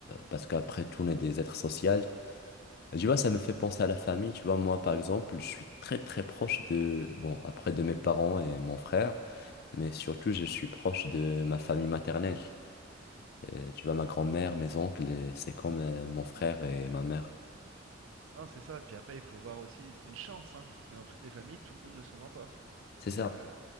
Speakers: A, on the left; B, on the right.
A: parce qu'après tout, on est des êtres sociaux Tu vois, ça me fait penser à la famille. Tu vois, moi, par exemple, je suis très, très proche de, bon, après de mes parents et mon frère, mais surtout, je suis proche de ma famille maternelle. Euh, tu vois, ma grand-mère, mes oncles, et c'est comme euh, mon frère et ma mère.
B: Non, c'est ça. Puis après, il faut voir aussi, c'est une chance, hein, parce que dans toutes les familles, tout le monde ne s'entend pas.
A: C'est
B: C'est
A: ça.
B: euh,